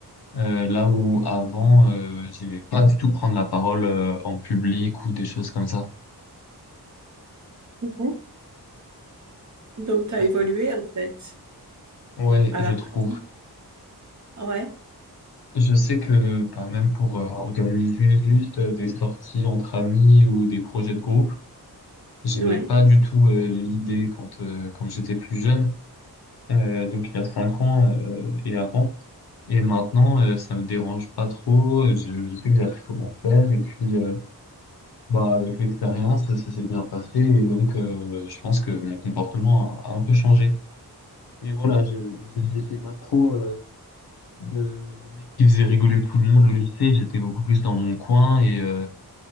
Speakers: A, on the left; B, on the right.
A: Euh, là où avant, euh, j'aimais pas du tout prendre la parole euh, en public ou des choses comme ça.
B: Mhm. donc t'as
A: Euh,
B: évolué en fait
A: ouais,
B: à
A: je
B: la
A: trouve.
B: pratique. Ouais,
A: Je sais que bah, même pour euh, organiser juste euh, des sorties entre amis ou des projets de groupe, j'aimais
B: ouais,
A: pas du tout euh, l'idée quand euh, quand j'étais plus jeune, euh, donc il y a cinq ans euh, et avant. Et maintenant, euh, ça me dérange pas trop. euh, Je, je sais que j'ai appris comment faire et puis euh, bah avec l'expérience, ça s'est bien passé et donc euh, je pense que mon comportement a, a un peu changé. Mais voilà, je n'étais pas trop. le, le mec qui faisait rigoler tout le monde au lycée, j'étais beaucoup plus dans mon coin et, euh,